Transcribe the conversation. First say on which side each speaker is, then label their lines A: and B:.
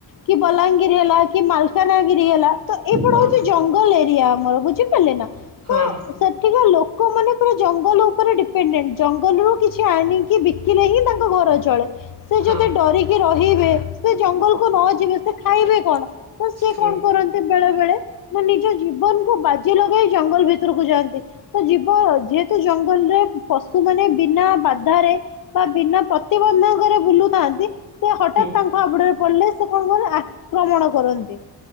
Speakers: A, on the left; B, on the right.
A: କି ବଲାଙ୍ଗିର ହେଲା କି ମାଲକାନାଗିରି ହେଲା ତ ଏଇପଡୃ
B: ହଁ
A: ହଉଛି ଜଙ୍ଗ ଗଲ ଏରିଆ ଆମର, ବୁଝିପାରିଲେ ନା? ତ
B: ହଁ।
A: ସେଠିକା ଲୋକମାନେ ପୁରା ଜଙ୍ଗଲ ଉପରେ ଡିପେଣ୍ଡଡେଣ୍ଟ ଜଙ୍ଗଲରୁ କିଛି ଆଣିକି ବି କିଲେ ହିଁ ତାଙ୍କ ଘର ଚଳେ। ସେ ଯଦି
B: ହଁ
A: ଡରିକି ରହିବେ ସେ ଜଙ୍ଗଲକୁ ନ ଯିବେ ସେ ଖାଇବେ କଣ? ତ ସେ
B: ହୁଁ
A: କଣ କରନ୍ତି ବେଳେ ବେଳେ ମୋ ନିଜ ଜୀବନକୁ ବାଜି ଲଗେଇ ଜଙ୍ଗଲ ଭିତରକୁ ଯାଆନ୍ତି। ତ ଯିବ ଯେହେତୁ ଜଙ୍ଗଲର ପଶୁ ମାନେ ବିନା ବାଧାରେ ବା ବିନା ପ୍ରତିବନ୍ଧକର ବୁଲୁଥାନ୍ତି, ସେ ହଠାତ୍
B: ହୁଁ
A: ତାଙ୍କ ହାବୁଡରେ ପଡିଲେ ସେ କଣ କହିଲ ଆକ୍ରମଣ କରନ୍ତି।